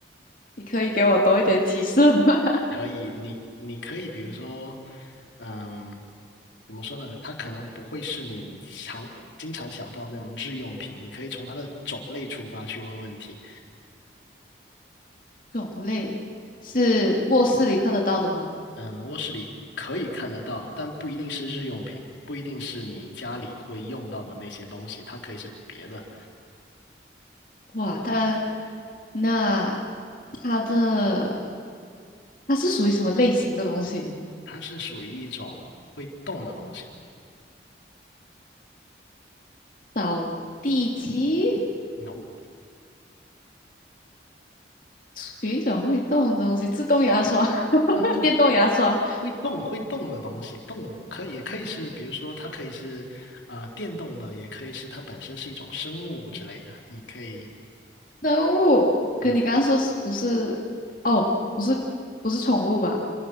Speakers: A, on the left; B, on the left.
A: 你可以给我多一点提示吗？<laughs>
B: 可以，你你可以，比如说，嗯，怎么说呢？它可能不会是你常经常想到那种日用品，你可以从它的种类出发去问问题。
A: 种类是卧室里看得到的吗？
B: 嗯，卧室里可以看得到，但不一定是日用品，不一定是你家里会用到的那些东西，它可以是别的，
A: 哇，它那它的它是属于什么类型的东西？
B: 它是属于一种会动的东西。
A: 扫地机
B: No，no
A: 属于一种会动的东西，自动牙刷、<laughs>
B: no no，
A: 电动牙刷、
B: 会动会动的东西，动物可也可以是，比如说它可以是啊、呃电动的，也可以是它本身是一种生物之类的。你可以，
A: 生物。
B: 嗯，
A: 可你刚刚说是不是？哦，不是，不是宠物吧？